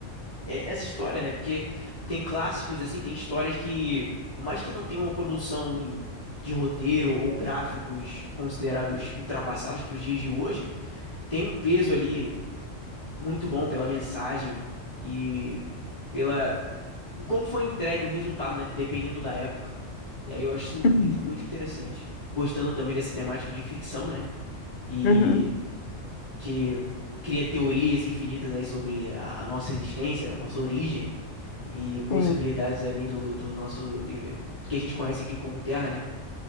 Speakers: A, on the left; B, on the left.
A: é- essa história, né? Porque tem clássicos assim, tem histórias que, por mais que não tenha uma produção de roteiro ou gráficos considerados ultrapassados pros dias de hoje, tem um peso ali muito bom pela mensagem e pela como foi entregue o resultado, né? Dependendo da época. E aí eu acho isso muito,
B: Uhum,
A: muito interessante. Gostando também dessa temática de ficção, né? e
B: uhum,
A: que cria teorias infinitas aí sobre a, a nossa existência, a nossa origem e possibilidades
B: Sim. sim,
A: além do, do nosso nível, que a gente conhece aqui como Terra, né?